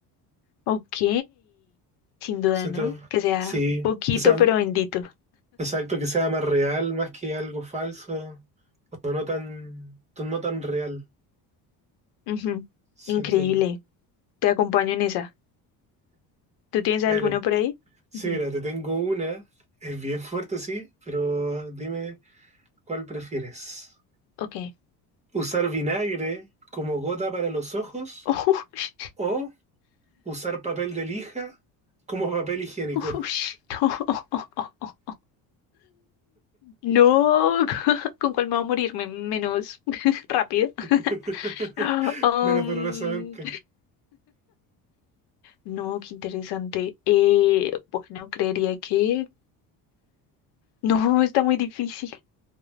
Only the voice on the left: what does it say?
Ok, sin duda,
¿no? Que sea
poquito
pero bendito.
Ujú,
Increíble.
Te acompaño en esa. ¿Tú tienes
alguna por ahí?
Ujú,
Ok.
<laughs>
Ush, no. <laughs> No, <laughs> ¿con cuál me va a morirme? Menos <laughs> rápido.
<gasps> <laughs> Um,
no, qué interesante. Eh, bueno, creería que... No, está muy difícil.